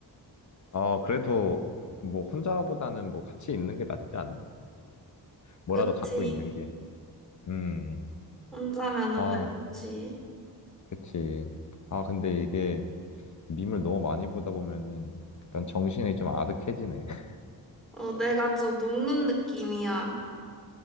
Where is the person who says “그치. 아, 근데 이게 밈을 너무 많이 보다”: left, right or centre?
Left